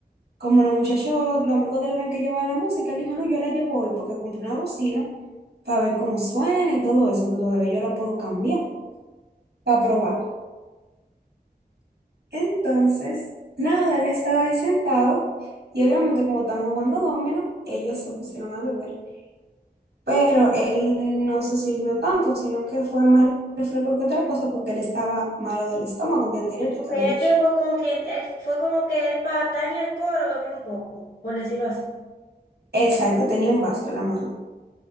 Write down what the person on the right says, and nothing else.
Como los muchachos, los amigos de él eran que llevaban la música, él dijo, no, yo la llevo hoy porque compré una bocina para ver cómo suena y todo eso, que todavía yo la puedo cambiar para probarla. Entonces, nada, él estaba ahí sentado y obviamente como estaban jugando dominó, ellos se pusieron a beber. Pero él no se sirvió tanto, sino que fue más refresco que otra cosa porque él estaba malo del estómago un día anterior, yo
te había
dicho.
Exacto, tenía un vaso en la mano.